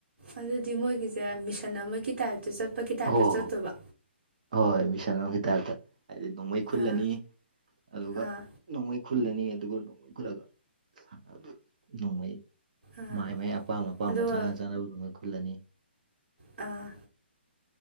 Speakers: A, on the right (about 80°); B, on the right (about 40°).
A: ꯑꯗꯨꯗꯤ ꯃꯣꯏꯒꯤꯁꯦ ꯃꯤꯁꯟ ꯑꯃꯒꯤ ꯇꯥꯏꯞꯇ ꯆꯠꯄꯒꯤ ꯇꯥꯏꯞꯇ
B: ꯍꯣꯏ ꯍꯣꯏ
A: ꯆꯠꯇꯣꯕ
B: ꯍꯣꯏ ꯃꯤꯁꯟ ꯑꯝꯒꯤ ꯇꯥꯏꯞꯇ ꯍꯥꯏꯗꯤ ꯅꯣꯡꯃꯩ ꯈꯨꯜꯂꯅꯤ
A: ꯑꯥ
B: ꯑꯗꯨꯒ
A: ꯑꯥ
B: ꯅꯣꯡꯃꯩ ꯈꯨꯜꯂꯅꯤ ꯑꯗꯨꯒ ꯅꯣꯡꯃꯩ ꯈꯨꯜꯂꯒ ꯑꯗꯨ ꯅꯣꯡꯃꯩ
A: ꯑꯥ
B: ꯃꯥꯏ ꯃꯥꯏ ꯑꯄꯥꯝ ꯑꯄꯥꯝꯕ
A: ꯑꯗꯨꯒ
B: ꯆꯥꯅ ꯆꯥꯅꯕ ꯅꯨꯡꯃꯣꯏ ꯈꯨꯜꯂꯅꯤ
A: ꯑꯥ